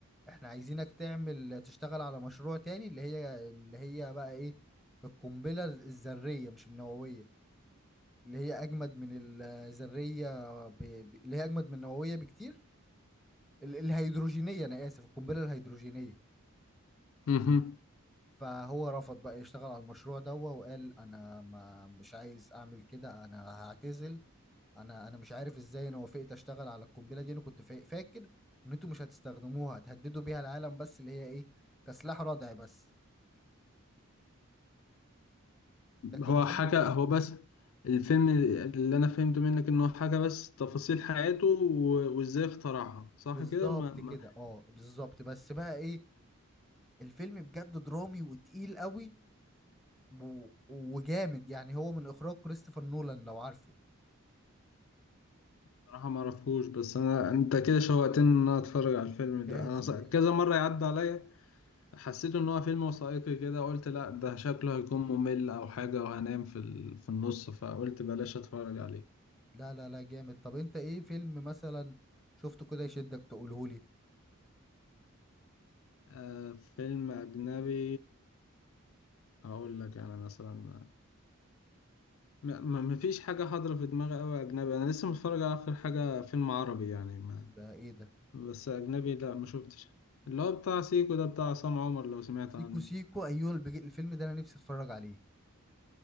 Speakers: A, in the centre; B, on the left.
A: احنا عايزينك تعمل تشتغل على مشروع تاني اللي هي اللي هي بقى ايه القنبلة الذرية مش النووية اللي هي أجمد من الذرية ب... ب... اللي هي أجمد من النووية بكتير ال- الهيدروجينية أنا آسف القنبلة الهيدروجينية
B: مهم.
A: فهو رفض بقى يشتغل على المشروع ده وقال انا ما مش عايز اعمل كده انا هعتزل انا انا مش عارف ازاي انا وافقت اشتغل على القنبله دي انا كنت فا- فاكر ان انتوا مش هتستخدموها هتهددوا بيها العالم بس اللي هي ايه كسلاح ردع بس لكن
B: هو
A: هم
B: حكى هو بس الفيلم اللي أنا فهمته منك إنه حكى بس تفاصيل حياته و- وإزاي اخترعها صح
A: بالظبط
B: كده؟ ما ما
A: كده اه بالظبط بس بقى ايه الفيلم بجد درامي وتقيل قوي و... وجامد يعني هو من اخراج كريستوفر نولان لو عارفه
B: صراحة ما أعرفوش بس أنا أنت كده شوقتني إن أنا أتفرج على الفيلم
A: لازم
B: ده أنا ص- كذا
A: لازم
B: مرة يعدي عليا حسيت ان هو فيلم وثائقي كده قلت لا ده شكله هيكون ممل او حاجة وهنام في ال- في النص فقلت بلاش اتفرج عليه
A: لا لا لا جامد طب انت ايه فيلم مثلا شفته كده يشدك تقولهولي
B: آه فيلم اجنبي هقول لك انا مثلا ما ما- مفيش حاجة حاضرة في دماغي قوي اجنبي انا لسه متفرج على اخر حاجة فيلم عربي يعني ما
A: ده ايه ده
B: بس اجنبي لا ما شفتش اللي هو بتاع سيكو ده بتاع عصام عمر لو سمعت
A: سيكو
B: عنه
A: سيكو ايوه البج- الفيلم ده انا نفسي اتفرج عليه